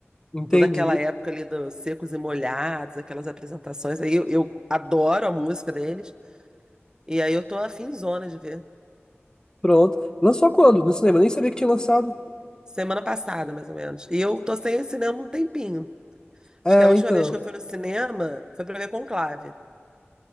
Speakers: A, on the left (about 20°); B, on the right (about 15°).
A: Entendi.
B: toda aquela época ali dos Secos e Molhados, aquelas apresentações aí, eu, eu adoro a música deles, e aí eu tô afinzona de ver.
A: Pronto. Lançou quando? No cinema? Nem sabia que tinha lançado.
B: Semana passada, mais ou menos. E eu tô sem ir ao cinema um tempinho.
A: É,
B: Acho que a última
A: então.
B: vez que eu fui no cinema foi pra ver Conclave.